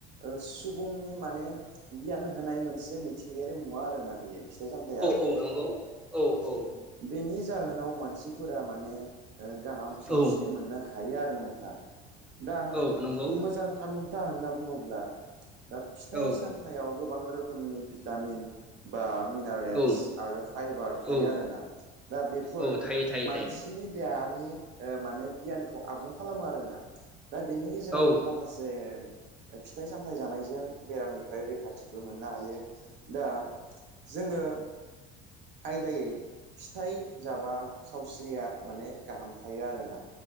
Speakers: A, on the right (about 60°); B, in the centre.
A: ओ सुबुंनि माने <unintelligible> लोंहोनाय मोनसे मिथिंगायारि मुवा आरोना बियो। फिथाइ-सामथाइया
B: औ नंगौ औ औ
A: बेनि जाहोनाव मानसिफोरा माने ओ गाहाम सावस्रि
B: औ नंगौ औ
A: मोननो हायो आरोना नोंथां दा आं
B: औ नंगौ
A: मोजां थामिन था होनना बुंङोब्ला दा फिथाइ
B: औ
A: सामथाइयाव गोबां रोखोमनि भिटामिन बा मिनारेल्स।
B: औ
A: आरो फाइबार थायो
B: औ
A: आरोना दा बेफोर
B: औ थायो थायो
A: मानसिनि
B: थायो
A: देहा इ ओ माने बियानखौ आबुं खालामो आरोना दा बेनि गेजेरावनो
B: औ
A: माखासे। फिथाइ सामथाइ जानायजों बेरामनिफ्राय रैखाथिबो मोननो हायो दा जोङो। आयदायै फिथाइ जाबा सावस्रिया माने गाहाम थायो आरोना